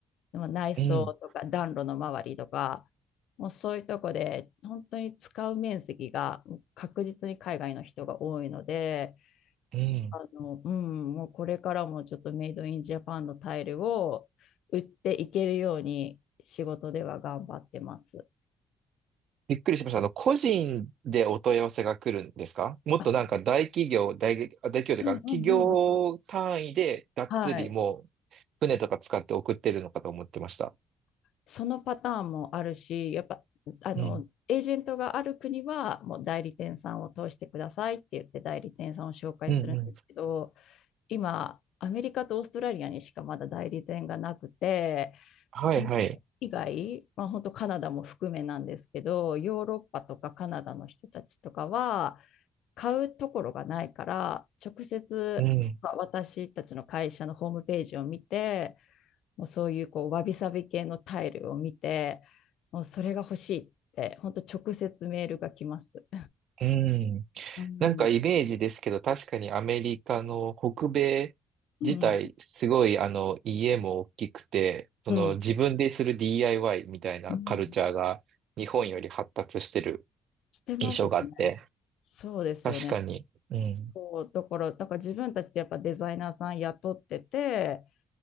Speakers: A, on the left; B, on the right.
A: でも内装とか暖炉の周りとか、
B: うん。
A: もうそういうとこで本当に使う面積が確実に海外の人が多いので、
B: うん。
A: あの、うん、もうこれからもちょっとメイドインジャパンのタイルを売っていけるように仕事では頑張ってます。
B: びっくりしました。あの、個人でお問い合わせが来るんですかもっとなんか大企業、
A: あ、
B: 大、大企業というか、
A: うんうんうん。
B: 企業単位でがっつりもう
A: はい。
B: 船とか使って送ってるのかと思ってました。
A: そのパターンもあるし、やっぱ、あの、
B: うん。
A: エージェントがある国は、もう代理店さんを通してくださいって言って代理店さんを紹介するんですけど、
B: うんうん。
A: 今、アメリカとオーストラリアにしかまだ代理店がなくて、
B: はいはい。
A: それ以外、まあ、本当カナダも含めなんですけど、ヨーロッパとかカナダの人たちとかは、買うところがないから、直接、
B: うん。
A: まあ私たちの会社のホームページを見て、もうそういうこうわびさび系のタイルを見て、もうそれが欲しいって、本当直接メールが来ます。
B: うん。
A: うん、
B: なんかイメージですけど、確かにアメリカの北米自体、
A: うん、
B: すごいあの家も大きくて、その自分でする
A: うん、
B: DIY みたいなカルチャーが日本より発達してる
A: うん、してますよね。
B: 印象があって、
A: そうですよね。
B: 確かに。うん。
A: そう、だから、だから自分たちでやっぱデザイナーさん雇ってて、